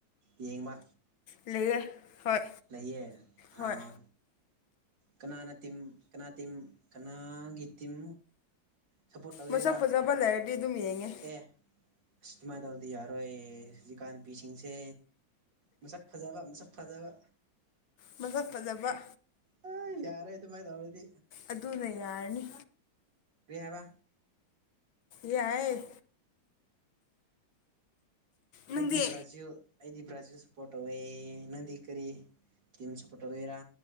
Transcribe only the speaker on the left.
ꯂꯩꯌꯦ ꯍꯣꯏ
ꯍꯣꯏ
ꯃꯁꯛ ꯐꯖꯕ ꯂꯩꯔꯗꯤ ꯑꯗꯨꯝ ꯌꯦꯡꯉꯦ
ꯃꯁꯛ ꯐꯖꯕ
ꯑꯗꯨꯅ ꯌꯥꯔꯅꯤ
ꯌꯥꯏ
ꯅꯪꯗꯤ